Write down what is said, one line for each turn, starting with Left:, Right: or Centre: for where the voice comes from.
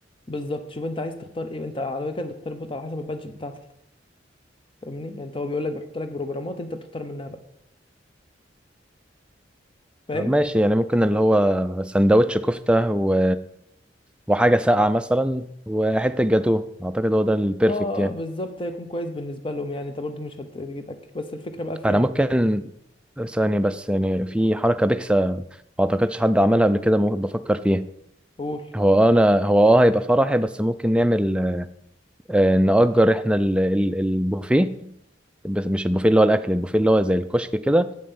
Left: بالظبط شوف انت عايز تختار ايه انت على فكره اللي تختار البوت على حسب البادجت بتاعتك فاهمني يعني انت هو بيقول لك بيحط لك بروجرامات انت بتختار منها بقى فاهم
Centre: طب ماشي يعني ممكن اللي هو سندوتش كفتة و... وحاجة ساقعة مثلا وحتة جاتوه أعتقد هو ده البيرفكت
Left: اه
Centre: يعني
Left: بالظبط هيكون كويس بالنسبه لهم يعني انت برضو مش هتيجي تاكل بس الفكره بقى في
Centre: انا
Left: ايه
Centre: ممكن ثانية بس يعني في حركة بيكسا ما اعتقدش حد عملها قبل كده ممكن بفكر فيها
Left: قول
Centre: هو انا هو اه هيبقى فرحي بس ممكن نعمل آه، نأجر احنا ال- ال- البوفيه بس مش البوفيه اللي هو الاكل البوفيه اللي هو زي الكشك كده